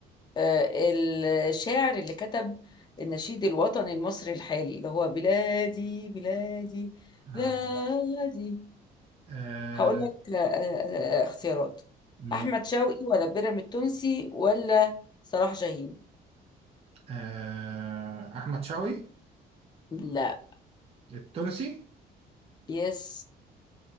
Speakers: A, on the left; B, on the right.
A: آه، الشاعر اللي كتب النشيد الوطني المصري الحالي اللي هو بلادي بلادي
B: آه
A: بلادي
B: آه،
A: هقول لك آه، آه، آه، اختيارات
B: ماشي.
A: أحمد شوقي ولا بيراميد التونسي ولا صلاح جاهين
B: آه احمد شوقي
A: لا
B: التونسي
A: يس